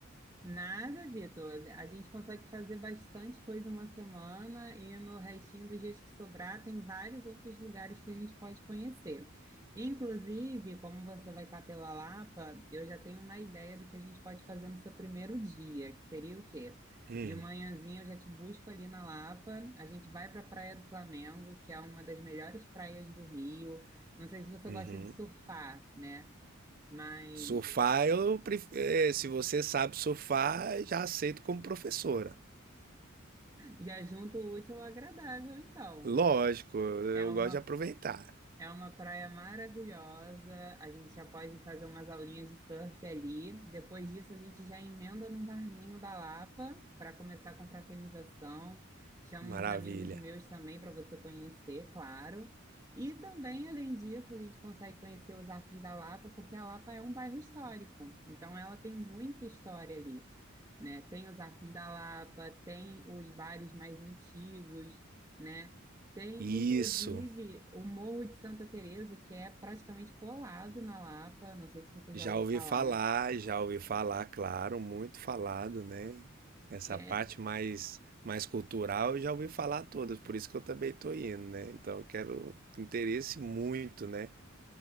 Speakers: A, on the right; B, on the right.
A: Nada, Vitor. A gente consegue fazer bastante coisa uma semana e no restinho dos dias que sobrar tem vários outros lugares que a gente pode conhecer. Inclusive, como você vai estar pela Lapa, eu já tenho uma ideia do que a gente pode fazer no seu primeiro dia, que seria o quê?
B: Hum,
A: De manhãzinha eu já te busco ali na Lapa, a gente vai para a Praia do Flamengo, que é uma das melhores praias do Rio. Não sei se você
B: uhum.
A: gosta de surfar, né? Mas
B: Surfar, eu pref... eh, se você sabe surfar, já aceito como professora.
A: já junto o útil ao agradável, então.
B: Lógico, eu
A: É uma,
B: gosto de aproveitar.
A: é uma praia maravilhosa. A gente já pode fazer umas aulinhas de surf ali. Depois disso, a gente já emenda num barzinho da Lapa para começar com fraternização. Chama
B: Maravilha.
A: uns amigos meus também para você conhecer, claro. E também, além disso, a gente consegue conhecer os Arcos da Lapa, porque a Lapa é um bairro histórico. Então, ela tem muita história ali, né? Tem os Arcos da Lapa, tem os bares mais antigos né? Tem,
B: Isso.
A: inclusive, o Morro de Santa Teresa, que é praticamente colado na Lapa. Não sei se você já
B: Já
A: ouviu
B: ouvi
A: falar.
B: falar, já ouvi falar, claro, muito falado, né? Essa
A: É,
B: parte mais mais cultural, eu já ouvi falar todas, por isso que eu também tô indo, né? Então, eu quero interesse muito, né?